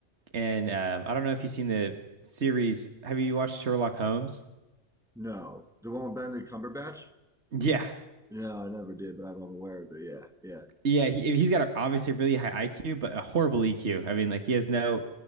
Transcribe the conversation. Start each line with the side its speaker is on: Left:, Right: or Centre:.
Right: And um, I don't know if you've seen the series. Have you watched Sherlock Holmes?
Centre: No. The one with Benedict Cumberbatch?
Right: Yeah.
Centre: No, I never did, but I'm I'm aware of it. Yeah, yeah,
Right: Yeah, he, he's got a, obviously a really high IQ, but a horrible EQ. I mean, like he has no